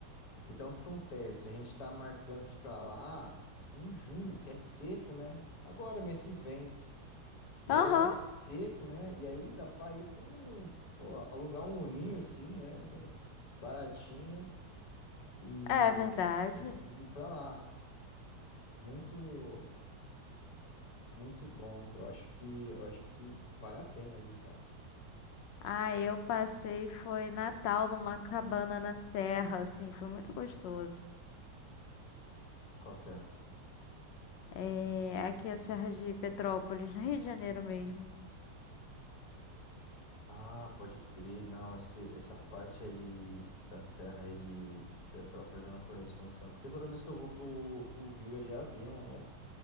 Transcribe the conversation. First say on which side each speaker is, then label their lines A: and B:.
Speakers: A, on the left; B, on the left.
A: Então o que acontece? A gente tá marcando de ir pra lá em junho, que é seco, né? Agora, mês que vem. E
B: Aham,
A: aí lá é seco, né? E aí dá pra ir com, pô, alugar um uninho assim, né? <laughs> Baratinho e,
B: é verdade.
A: e ir pra lá. Muito, muito bom. Eu acho que, eu acho que vale a pena, viu, cara?
B: Ah, eu passei, foi Natal numa cabana na serra, assim, foi muito gostoso.
A: Qual serra?
B: É, aqui é a Serra de Petrópolis, no Rio de Janeiro mesmo.
A: Ah, pode crer. Não, esse, essa parte aí de, da serra aí de, de Petrópolis eu não conheço muito tanto. Porque toda vez que eu vou pro, pro Rio é de avião, né?